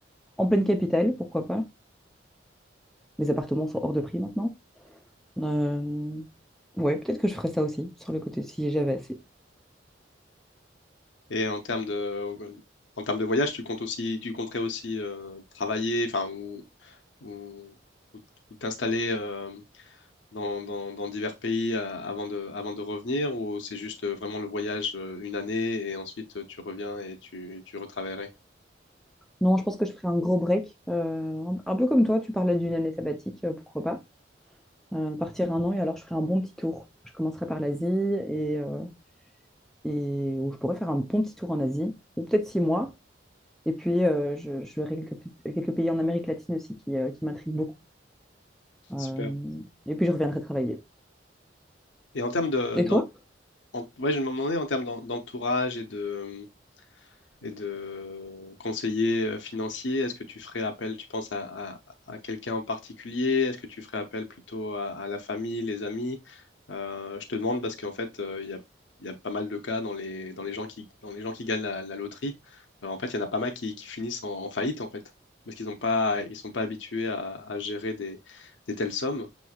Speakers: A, in the centre; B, on the left.
A: En pleine capitale, pourquoi pas. Mes appartements sont hors de prix maintenant. Euh, Ouais, peut-être que je ferais ça aussi, sur le côté, si j'avais assez.
B: Et en termes de, en termes de voyage, tu comptes aussi, tu compterais aussi euh, travailler, enfin, ou, ou, ou t'installer euh, dans, dans, dans divers pays euh, avant de, avant de revenir, ou c'est juste euh, vraiment le voyage euh, une année et ensuite euh, tu reviens et tu, tu retravaillerais.
A: Non, je pense que je ferais un gros break. euh, un un peu comme toi, tu parlais d'une année sabbatique, euh, pourquoi pas. Euh, partir un an et alors je ferais un bon petit tour. Je commencerai par l'Asie et, euh, et où je pourrais faire un bon petit tour en Asie, ou peut-être six mois. Et puis, euh, je, je verrai quelques, quelques pays en Amérique latine aussi qui, euh, qui m'intriguent beaucoup. Euh,
B: Super.
A: et puis, je reviendrai travailler.
B: Et en termes de,
A: Et
B: d'en-
A: toi?
B: en- ouais, je me demandais en termes d'en- d'entourage et de, et de conseiller euh, financier, est-ce que tu ferais appel, tu penses, à, à- à quelqu'un en particulier? Est-ce que tu ferais appel plutôt à, à la famille, les amis? Euh, je te demande parce qu'en fait, euh, il y a, il y a pas mal de cas dans les, dans les gens qui, dans les gens qui gagnent la, la loterie. Euh, en fait, il y en a pas mal qui, qui finissent en, en faillite, en fait, parce qu'ils n'ont pas, ils sont pas habitués à, à gérer des, des telles sommes.